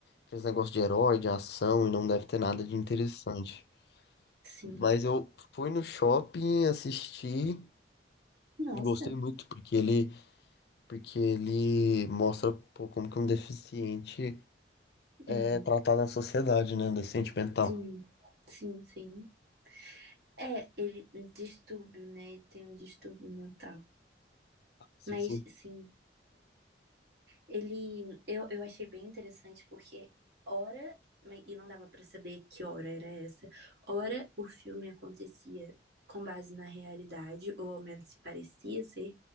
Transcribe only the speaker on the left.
aqueles negócios de herói, de ação, e não deve ter nada de interessante.
Mas eu fui no shopping, assisti,
e gostei muito, porque ele, porque ele mostra, pô, como que um deficiente é
tratado na sociedade, né? Um deficiente mental.
Sim,
sim.